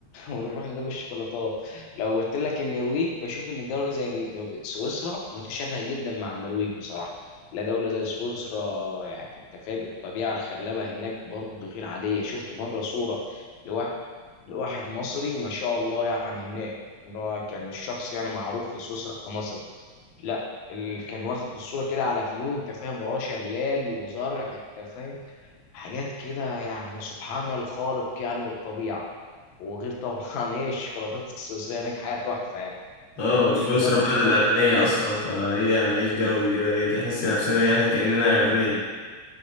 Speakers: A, on the left (about 70°); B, on the left (about 50°).
A: ونروح نلاقي الشوكولاتات لو قلت لك النرويج بشوف ان دوله زي ال- سويسرا متشابهه جدا مع النرويج بصراحه لا دوله زي سويسرا يعني انت فاهم الطبيعه الخلابه هناك برضه غير عاديه شفت مره صوره لواحد لواحد مصري ما شاء الله يعني هناك اللي هو كان شخص يعني معروف في سويسرا كمصري لا اللي كان واخد الصوره كده على فيو انت فاهم وراه شلال وزرع انت فاهم حاجات كده يعني سبحان الخالق يعني والطبيعه وغير طبعا <laughs> ايه الشوكولاتات السويسريه هناك حاجه تحفه يعني
B: اه
A: احنا ممكن
B: سويسرا
A: نجرب
B: بلد
A: جبن
B: الأغنياء أصلا فهي هنعيش جو كده يجي نحس نفسنا يعني كأننا أغنياء